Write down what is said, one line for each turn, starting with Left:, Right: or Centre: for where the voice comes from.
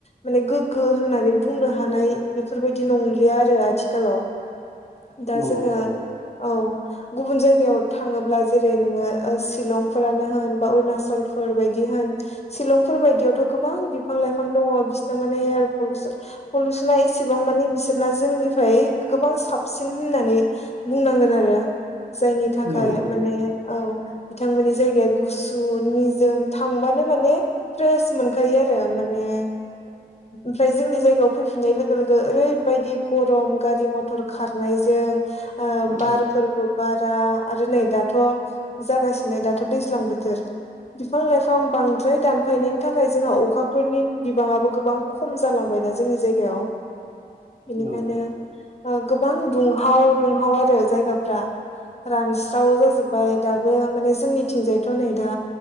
Left: माने गोगो होननानै बुंनो हानाय बेफोरबायदि नंलिया आरो आथिखालाव दा
Right: नंगौ
Left: जोङो
Right: थारैनो
Left: औ गुबुन जायगायाव थाङोब्ला जेरै नोङो शिलंफोरानो होन बा अरुणाचलफोर बायदि होन शिलंफोर बायदियावथ' गोबां बिफां लाइफां दङ बिसिनाव माने पलुसन पलुसना एसेबां माने बिसोरना जोंनिफ्राय गोबां साबसिन होननानै बुंनांगोन आरो जायनि थाखाय
Right: नंगौ नंगौ
Left: माने औ बिथांमोननि जायगाया गुस निजोम थांबानो माने फ्रेस मोनखायो आरो माने ओमफ्राय जोंनि जायगायाव फैफिननाय लोगो लोगो ओरैबायदि गरम गारि मथर खारनायजों ओ बारफोरबो
Right: औ
Left: बारा आरो नै दाथ' जागासिनो दाथ' दैज्लां बो थोर बिफां लाइफां बांद्राय दानफायनायनि थाखाय जोंहा अखाफोरनि बिबाङाबो गोबां खम जालांबाय जोंनि जायगायाव बेनिखायनो
Right: नंगौ
Left: ओ गोबां दुंहाव दुंहाव आरो जायगाफ्रा रानस्राव जाजोबबाय दाबो माने जोंनिथिंजायथ' नै दा